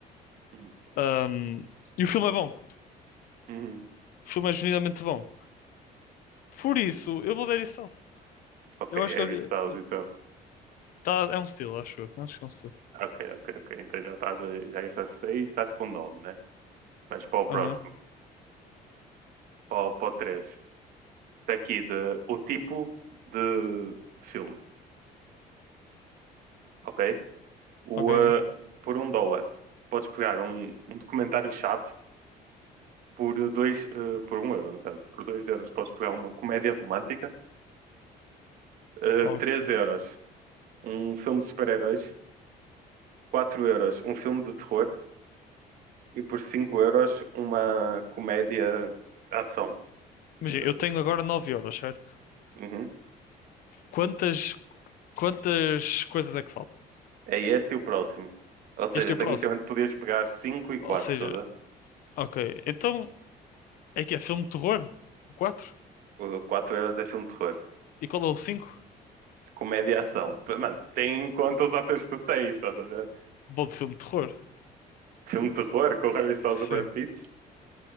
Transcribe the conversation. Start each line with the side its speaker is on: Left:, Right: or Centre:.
Right: hum,
Left: Um, e o filme é bom.
Right: hum. hum.
Left: O filme é genuinamente bom. Por isso, eu vou dar Harry Styles.
Right: Ok,
Left: Eu
Right: Harry
Left: acho que eu-
Right: Styles, então.
Left: tá, é um estilo, acho eu. Acho que é um estilo.
Right: Ok, ok, ok. Então já estás a, já gastaste 6, estás com 9, né? Mas para o próximo,
Left: Aham,
Right: para, o- para o 3. Está aqui de, o tipo de, de filme, ok? O,
Left: ok, ok.
Right: eh, por um dólar, podes pegar um, um documentário chato por dois, eh, por um euro, no caso. Por dois euros podes pegar uma comédia romântica. Eh,
Left: Ok.
Right: Três euros, um filme de super-heróis. Quatro euros, um filme de terror. E por cinco euros, uma comédia ação.
Left: Imagina,
Right: De,
Left: eu tenho agora 9 euros, certo?
Right: Uhum.
Left: Quantas, quantas coisas é que faltam?
Right: É este e o próximo. Ou seja,
Left: Este é
Right: tecnicamente
Left: o próximo.
Right: podias pegar 5 e 4,
Left: Ou seja,
Right: estás a ver?
Left: ok. Então, é que é filme de terror? O 4?
Right: O 4 euros é filme de terror.
Left: E qual é o 5?
Right: Comédia e ação. Mano, tem em conta os atores que tu tens, estás a ver?
Left: Bom de filme de terror.
Right: Filme de terror com o Harry Styles
Left: Sim.
Right: e o Brad Pitt.